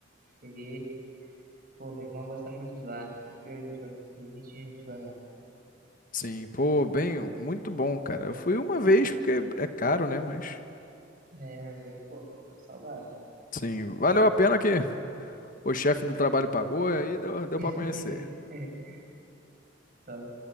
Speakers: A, on the right; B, on the left.
A: Cheguei. Pô, meu irmão gosta muito de lá. Sempre que a gente vai com a gente, a gente vai lá.
B: Sim, pô, bem, muito bom, cara. Eu fui uma vez porque é caro, né? Mas,
A: É, bem, pô, tô salgado.
B: sim, valeu a pena que o chefe do trabalho pagou e aí deu, deu
A: <laughs>
B: para conhecer.
A: Top.